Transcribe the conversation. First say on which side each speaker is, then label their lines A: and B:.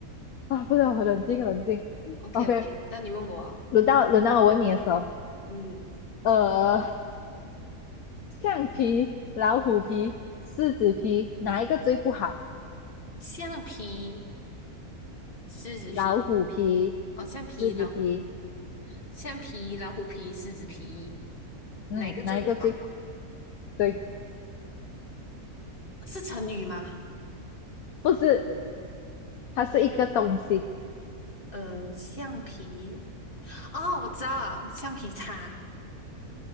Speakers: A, on the left; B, on the left.
A: 啊！不能冷静冷静。
B: ，OK
A: OK，
B: OK，那你问我啊
A: 轮到轮到我问你的时候，
B: 嗯，
A: 呃，橡皮、老虎皮、狮子皮，哪一个最不好？
B: 橡皮、狮子皮，
A: 老虎皮、
B: 哦，橡皮、
A: 狮子皮，
B: 老虎、橡皮、老虎皮、狮子皮，
A: 嗯，
B: 哪一个最不好？
A: 哪一个最不对？
B: 是成语吗？
A: 不是，它是一个东西。
B: 嗯嗯，呃橡皮，哦，我知道了，橡皮擦。